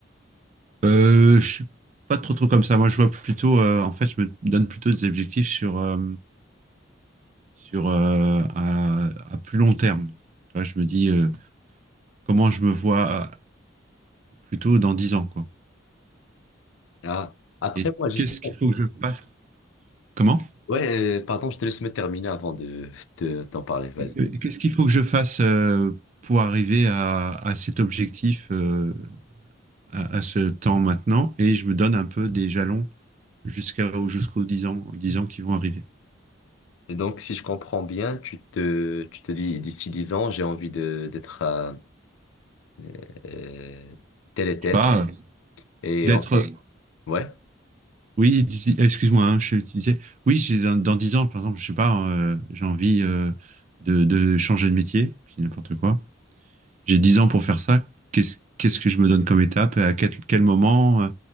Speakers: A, on the right; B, on the left.
A: Euh, je suis pas trop trop comme ça. Moi, je vois plutôt, euh, en fait, je me donne plutôt des objectifs sur euh, sur euh, à, à plus long terme. Tu vois, je me dis euh, comment je me vois euh, plutôt dans 10 ans, quoi.
B: Ah, après,
A: Et
B: moi, justement.
A: qu'est-ce qu'il faut que je fasse? Comment?
B: Ouais, euh, pardon, je te laisse me terminer avant de te- t'en parler. Vas-y.
A: Euh, Qu'est-ce qu'il faut que je fasse euh, pour arriver à, à cet objectif, euh, à, à ce temps maintenant? Et je me donne un peu des jalons jusqu'à jusqu'aux 10 ans, 10 ans qui vont arriver.
B: Et donc, si je comprends bien, tu te, tu te dis, d'ici 10 ans, j'ai envie de, d'être à, euh, tel et tel.
A: Je sais pas, euh,
B: Et
A: d'être
B: en fait, ouais.
A: Oui, dis- excuse-moi, hein, je, tu disais, oui, j'ai- dans, dans 10 ans, par exemple, je sais pas, hein, euh, j'ai envie euh, de, de changer de métier, je n'importe quoi. J'ai 10 ans pour faire ça. Qu'est-ce, qu'est-ce que je me donne comme étape? À quel, quel moment? euh,